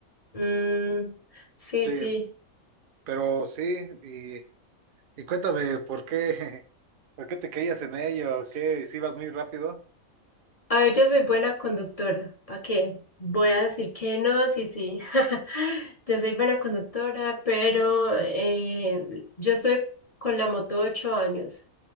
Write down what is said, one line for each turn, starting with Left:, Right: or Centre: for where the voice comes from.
Left: Mm, sí,
Right: Sí,
Left: sí.
Right: Sí. pero sí, y. Y cuéntame, ¿por qué, <laughs> por qué te caías en ello? ¿Qué, si ibas muy rápido?
Left: A ver, yo soy buena conductora. ¿Para qué? Voy a decir que no, sí, sí. <laughs> Yo soy buena conductora, pero eh, yo estoy con la moto ocho años